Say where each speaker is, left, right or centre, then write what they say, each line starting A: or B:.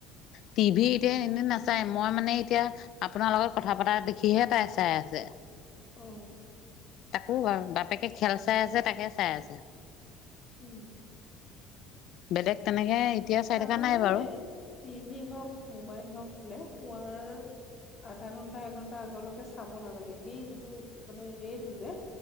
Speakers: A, on the left; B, on the left.
A: টিভি এতিয়া এনে নাচায় মই মানে এতিয়া, আপোনাৰ লগত কথা পতা দেখিহে তাই চাই আছে।
B: অ
A: তাকো বাপেকে খেল চাই আছে তাকে চাই আছে।
B: উম
A: বেলেগ তেনেকে এতিয়া চাই
B: তাৰমানে
A: থকা নাই বাৰু
B: টিভি হওক মোবাইল হওক বোলে শুৱাৰ, আধা ঘন্টা এঘন্টা আগলৈকে চাব নালাগে সেই যিটো মানে ৰেটোযে,